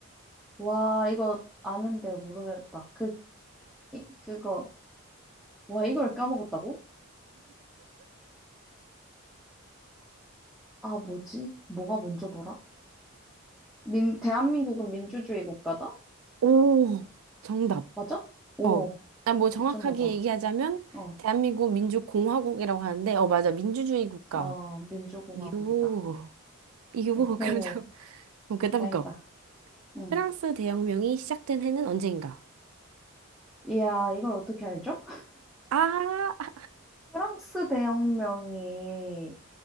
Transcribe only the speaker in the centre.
와, 이거 아는데 모르겠다. 그, 이- 그거, 와, 이걸 까먹었다고? 아, 뭐지? 뭐가 먼저더라? 민, 대한민국은 민주주의 국가다?
맞아? 어머,
미쳤나 봐.
어.
어, 민주공화국이다.
어.
오호,
다행이다.
응.
이야, 이걸 어떻게 알죠?
프랑스 대혁명이